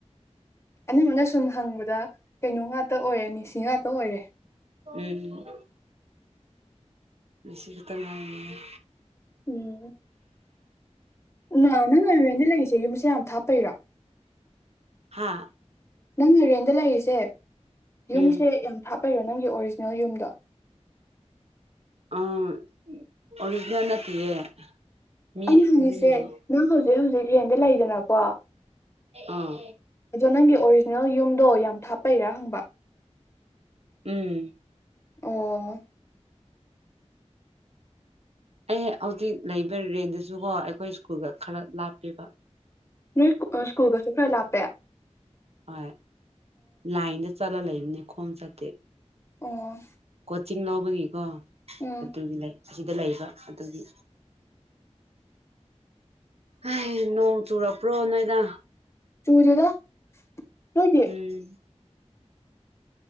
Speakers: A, on the left; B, on the right.
A: ꯑꯅꯝꯕꯅ ꯁꯨꯝ ꯍꯪꯕꯗ ꯀꯩꯅꯣ ꯉꯥꯛꯇ ꯑꯣꯏꯔꯦ ꯃꯦꯁꯤ ꯉꯥꯛꯇ ꯑꯣꯏꯔꯦ
B: ꯎꯝ ꯃꯤꯁꯤ ꯈꯛꯇꯪ ꯉꯥꯏ
A: ꯎꯝ ꯎꯝ <unintelligible> ꯂꯩꯔꯤꯁꯦ ꯌꯨꯝꯁꯦ ꯌꯥꯝ ꯊꯞꯄꯩꯔꯣ
B: ꯍꯥꯥ
A: ꯅꯪꯅ ꯔꯦꯟꯗ ꯂꯩꯔꯤꯁꯦ ꯌꯨꯝꯁꯦ
B: ꯎꯝ
A: ꯌꯥꯝ ꯊꯥꯞꯄꯩꯔꯣ ꯅꯪꯒꯤ ꯑꯣꯔꯤꯖꯤꯅꯦꯜ ꯌꯨꯝꯗꯣ
B: ꯑꯨꯝ ꯑꯣꯔꯤꯖꯅꯦꯜ ꯅꯠꯇꯤꯌꯦ ꯃꯤ
A: ꯑꯩꯅ ꯍꯪꯉꯤꯁꯦ
B: ꯃꯤꯒꯤ
A: ꯅꯪ ꯍꯧꯖꯤꯛ ꯍꯧꯖꯤꯛ ꯍꯦꯟꯗ ꯂꯩꯗꯅꯀꯣ
B: ꯑꯥ
A: ꯑꯗꯣ ꯅꯪꯒꯤ ꯑꯣꯔꯤꯖꯤꯅꯦꯜ ꯌꯨꯝꯗꯣ ꯌꯥꯝ ꯊꯥꯞꯄꯩꯔꯥ ꯍꯪꯕ
B: ꯎꯝ
A: ꯑꯣ
B: ꯑꯩ ꯍꯧꯖꯤꯛ ꯂꯩꯕ ꯔꯦꯟꯗꯁꯨꯀꯣ ꯑꯩꯈꯣꯏ ꯁ꯭ꯀꯨꯜꯒ ꯈꯔ ꯂꯥꯞꯄꯦꯕ
A: ꯅꯣꯏ ꯁ꯭ꯀꯨꯜꯒꯁꯨ ꯈꯔ ꯂꯞꯄꯦ
B: ꯍꯣꯏ ꯂꯥꯏꯟꯗ ꯆꯠꯂ ꯂꯩꯕꯅꯤ ꯈꯣꯡ ꯆꯠꯇꯦ
A: ꯑꯣ
B: ꯆꯤꯡ ꯂꯧꯕꯒꯤꯀꯣ
A: ꯎꯝ
B: ꯑꯗꯨꯒꯤ ꯂꯩ ꯑꯁꯤꯗ ꯂꯩꯕ ꯑꯗꯨꯒꯤ ꯍ ꯅꯣꯡ ꯆꯨꯔꯄ꯭ꯔꯣ ꯅꯣꯏꯗ
A: ꯆꯨꯔꯤꯗ ꯆ
B: ꯎꯝ